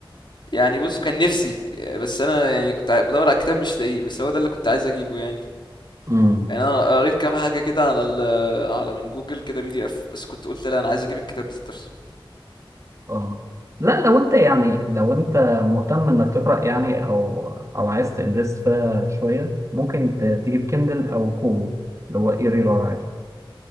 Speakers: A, on the left; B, on the right.
A: يعني بص كان نفسي بس انا يعني كنت ع- بدور على الكتاب مش لاقيه بس هو ده اللي كنت عايز اجيبه يعني
B: مم.
A: يعني انا قريت كام حاجه كده على ال على من جوجل كده بي دي اف بس كنت قلت لا انا عايز اجيب الكتاب ذات نفسه
B: اه لا لو انت يعني لو انت مهتم انك تقرا يعني او او عايز تنفست فيها شويه ممكن ت- تجيب كندل او كومو اللي هو اي ريلر عادي